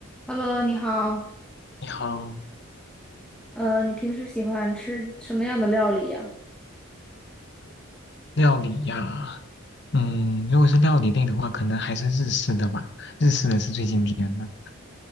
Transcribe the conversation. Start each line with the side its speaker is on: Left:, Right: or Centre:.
Centre: Hello，你好。
Left: 你好，
Centre: 呃，你平时喜欢吃什么样的料理呀？
Left: 料理呀，嗯，如果是料理类的话，可能还是日式的吧，日式的是最经典的。